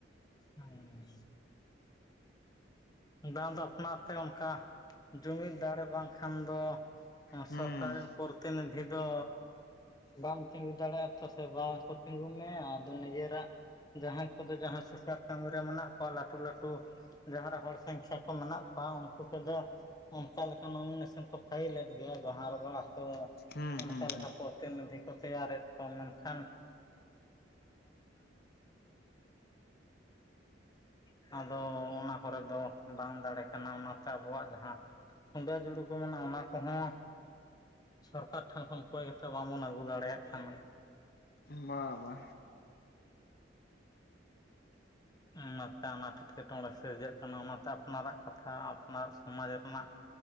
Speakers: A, on the left; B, on the left.
A: ᱦᱩᱸ᱾ ᱫᱟᱢ ᱫᱚ ᱟᱯᱱᱟᱨ ᱛᱮ ᱚᱱᱠᱟ ᱡᱩᱢᱤᱫ ᱫᱟᱲᱮ ᱵᱟᱝᱠᱷᱟᱱ ᱫᱚ᱾
B: ᱦᱮᱸ
A: ᱥᱚᱨᱠᱟᱨ ᱨᱤᱱ ᱯᱚᱨᱛᱤᱱᱤᱫᱷᱤ ᱫᱚ ᱵᱟᱢ ᱛᱤᱸᱜᱩ ᱫᱟᱲᱮᱭᱟᱜᱼᱟ ᱛᱮ ᱥᱮ ᱵᱟᱝ ᱠᱚ ᱛᱤᱸᱜᱩ ᱢᱮᱭᱟ ᱫᱩᱱᱣᱟ. ᱨᱟ-ᱜ? ᱡᱟᱦᱟᱸᱭ ᱠᱚᱫᱚ ᱡᱟᱦᱟᱸ ᱥᱩᱥᱟ. ᱨ ᱠᱟᱹᱢᱤ ᱨᱮ ᱢᱮᱱᱟᱜ ᱠᱚᱣᱟ ᱞᱟᱹᱴᱩ ᱞᱟᱹᱴᱩ ᱡᱟᱦᱟᱸᱨᱮ ᱦᱚᱲ ᱥᱟᱸᱝᱠᱷᱟ ᱠᱚ ᱢᱮᱱᱟᱜ ᱠᱚᱣᱟ ᱩᱱᱠᱩ ᱠᱚᱫᱚ ᱚᱱᱠᱟ ᱞᱮᱠᱟ ᱱᱩᱢᱤᱱᱮᱥᱟ. ᱱ ᱠᱚ ᱯᱷᱟᱭᱤᱞᱮᱫ ᱜᱮᱭᱟ ᱡᱟᱦᱟᱸ ᱨᱮᱫᱚ ᱛᱚ
B: ᱦᱩᱸ
A: ᱚᱱᱠᱟ
B: ᱦᱩᱸ
A: ᱞᱮᱠᱟ ᱯᱚᱨᱛᱤᱱᱤᱫᱷᱤ ᱠᱚ ᱛᱮᱭᱟᱨᱮᱫ ᱠᱚᱣᱟ ᱢᱮᱱᱠᱷᱟᱱ <unintelligible> ᱟᱫᱚ ᱚᱱᱟ ᱠᱚᱨᱮ ᱫᱚ ᱵᱟᱝ ᱫᱟᱲᱮ ᱠᱟᱱᱟ ᱚᱱᱟᱛᱮ ᱟᱵᱚᱣᱟᱜ ᱡᱟᱦᱟᱸ ᱦᱩᱸᱰᱟᱹ ᱡᱩᱲᱩ ᱠᱚ ᱢᱮᱱᱟᱜᱼᱟ ᱚᱱᱟ ᱠᱚᱦᱚᱸ ᱥᱚᱨᱠᱟᱨ ᱴᱷᱮᱱ ᱠᱷᱚᱱ ᱠᱚᱭ ᱦᱚᱛᱚ ᱵᱟᱵᱚᱱ ᱟᱹᱜᱩ ᱫᱟᱲᱮᱭᱟᱜ ᱠᱟᱱᱟ᱾
B: ᱵᱟ ᱵᱟ᱾
A: ᱚᱱᱟᱛᱮ ᱚᱱᱟ ᱮᱴᱠᱮᱴᱚᱬᱮ ᱥᱤᱨᱡᱟᱹᱜ ᱠᱟᱱᱟ ᱚᱱᱟᱛᱮ ᱟᱯᱱᱟᱨᱟᱜ ᱠᱟᱛᱷᱟ ᱟᱯᱱᱟᱨ ᱥᱚᱢᱟᱡᱽ ᱨᱮᱱᱟᱜ᱾